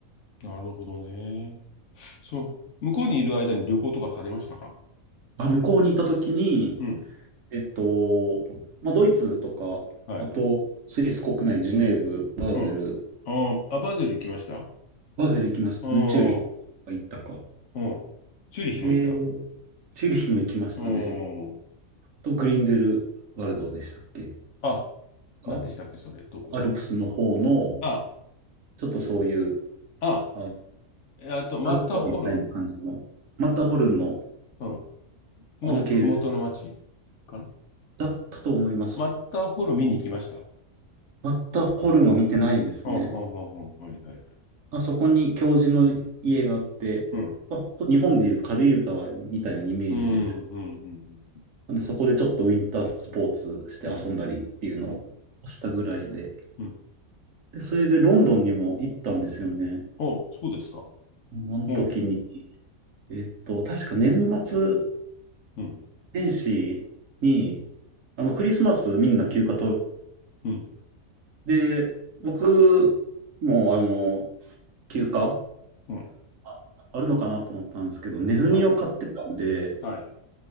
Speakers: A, on the left; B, on the right.
A: ー、なるほどね。そう、向こうにいる間に旅行とかされましたか
B: まあ、向こうにいた時に、
A: うん、
B: えっと、まあ、ドイツとか、
A: はい。
B: あと、スイス国内、ジュネーブ、バーゼル、
A: うん。あーあ、バズル行きましたあ
B: バーゼル行きましたね。
A: あ
B: チューリヒ行ったか。
A: うん。チューリヒも行った
B: で、チューリヒも行きましたね。
A: うん。
B: と、グリンデルワルドでしたっけ
A: あ、
B: か、
A: 何でしたっけ、それ。どこだか。
B: アルプスの方の、
A: あ、
B: ちょっとそういう、
A: あ、
B: あの、
A: えーっと、マッターホルン、
B: 軽井沢みたいな感じの、マッターホルンの、
A: うん、
B: あの系列
A: のふもとの町かな。
B: だったと思います。
A: マッターホルン見に行きました。
B: マッターホルンは見てないですね。
A: うん、うん、うん、うん、はい、はい、はい。
B: あそこに教授の家があって、
A: うん、
B: まあ、本当日本でいう軽井沢みたいなイメージです。
A: うん、うん、うん、
B: なんで、そこでちょっとウィンタースポーツして遊んだりっていうのをしたぐらいで。
A: うん、うん、うん。
B: で、それでロンドンにも行ったんですよね。
A: お、そうですか。
B: あの時に、
A: おう、
B: えっと、確か年末
A: うん、
B: 年始に、あの、クリスマスみんな休暇と、
A: うん、
B: で、僕も、あの、休暇
A: うん、
B: ああるのかなと思ったんですけど、ネズミを飼ってたんで、
A: はい、はい、